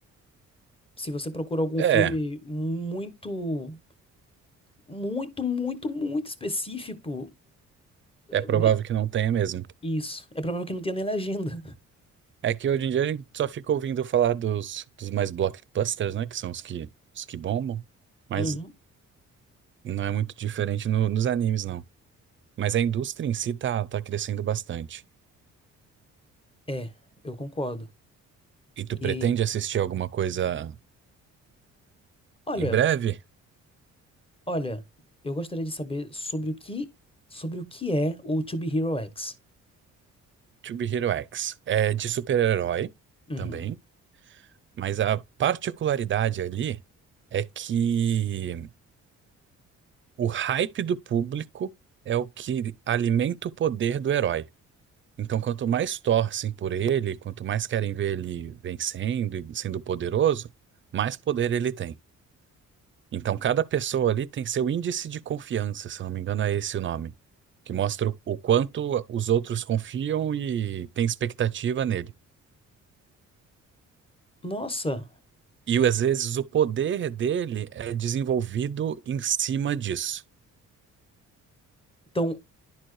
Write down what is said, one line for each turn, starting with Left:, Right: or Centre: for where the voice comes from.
Left: Se você procura algum
Right: É,
Left: filme muito, muito, muito, muito específico, é
Right: é provável
Left: me-
Right: que não tenha mesmo.
Left: isso. É provável que não tenha nem legenda.
Right: É que hoje em dia a gente só fica ouvindo falar dos, dos mais blockbusters, né? Que são os que, os que bombam. Mas
Left: Uhum.
Right: não é muito diferente no- nos animes, não. Mas a indústria em si tá, tá crescendo bastante.
Left: É, eu concordo.
Right: E tu pretende
Left: E
Right: assistir alguma coisa
Left: olha,
Right: em breve?
Left: olha, eu gostaria de saber sobre o que, sobre o que é o To Be Hero X.
Right: To Be Hero X. É de super-herói
Left: Uhum.
Right: também. Mas a particularidade ali é que o hype do público é o que alimenta o poder do herói. Então, quanto mais torcem por ele, quanto mais querem ver ele vencendo e sendo poderoso, mais poder ele tem. Então, cada pessoa ali tem seu índice de confiança, se eu não me engano, é esse o nome, que mostra o o quanto os outros confiam e têm expectativa nele.
Left: Nossa,
Right: E às vezes o poder dele é desenvolvido em cima disso.
Left: então